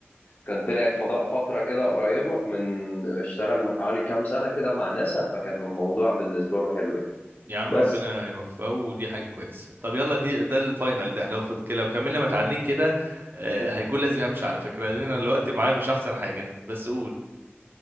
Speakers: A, on the left; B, on the right.
A: كان طلع الفضاء فترة كده قريبة من اشتغل من حوالي كام سنة كده مع ناسا فكان الموضوع بالنسبة له حلو يعني
B: يا عم
A: بس
B: ربنا يوفقه ودي حاجة كويسة طب يلا دي ده الفاينل ده لو فض كده لو كملنا متعادلين كده آه هيكون لازم امشي على فكرة لان انا الوقت معايا مش احسن حاجة بس قول